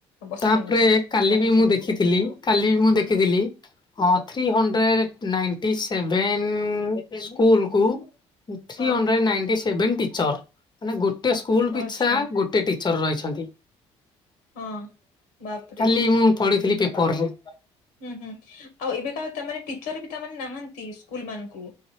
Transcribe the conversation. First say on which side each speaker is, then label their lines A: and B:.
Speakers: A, on the left (about 75°); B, on the left (about 30°).
A: ବସିଛନ୍ତି
B: ତାପରେ କାଲି
A: ଲାଗିଛନ୍ତି
B: ବି ମୁଁ ଦେଖିଥିଲି, କାଲି ବି ମୁଁ ଦେଖିଥିଲି
A: ହୁଁ
B: ହଁ three hundred ninety seven school କୁ ଥ୍ରୀ
A: ହଁ
B: ହଣ୍ଡ୍ରେଡ ନାଇଣ୍ଟି ସେଭେନ ଟିଚର। ମାନେ ଗୋଟେ ସ୍କୁଲ ପିଛା
A: ଆଚ୍ଛା
B: ଗୋଟେ ଟିଚର ରହିଛନ୍ତି,
A: ହଁ ବାପରେ
B: କାଲି ମୁଁ ପଢିଥିଲି ପେପରରେ।
A: ହୁଁ ହୁଁ, ଆଉ ଏବେକା ତା ମାନେ ଟିଚର ବି ତାମାନେ ନାହାନ୍ତି ସ୍କୁଲ ମାନଙ୍କୁ